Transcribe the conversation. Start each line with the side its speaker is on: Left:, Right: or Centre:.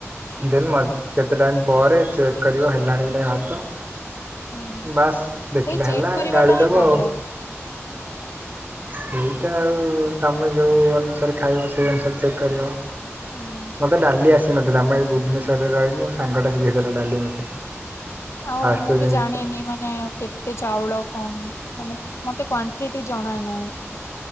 Right: ଦେନ୍ ମ କେତେ ଟାଇମ୍ ପରେ ଚେକ୍ କରିବ ହେଲାଣି କି ନାଇଁ ଭାତ।
Left: ହଁ
Right: ବାସ୍ ଦେଖିଲା
Left: ସେଇ ଚେକ୍
Right: ହେଲା,
Left: କରିବାଟା
Right: ଗାଳି
Left: ହିଁ
Right: ଦବ
Left: ପ୍ରୋବ୍ଲେମ।
Right: ଆଉ। ସେଇଟା ଆଉ ତମେ ଯୋଉ ଅନୁସାରେ ଖାଇବ, ସେଇ ଅନୁସାରେ ଚେକ୍ କରିବ।
Left: ହଁ
Right: ମତେ ଡାଲି ଆସିନଥିଲା ମୁଁ ଏଇ ଭୁବନେଶ୍ଵରରେ ରହିକି ମୋ ସାଙ୍ଗଟା ଶିଖେଇଥିଲା ଡାଲି ମତେ।
Left: ଆଉ
Right: ଫାଷ୍ଟ
Left: ମୁଁ
Right: ଯୋଉ
Left: ବି ଜାଣିନି। ମାନେ କେତେ ଚାଉଳ କମ୍ ମାନେ ମତେ କ୍ଵାଣ୍ଟିଟି ଜଣା ନାଇଁ।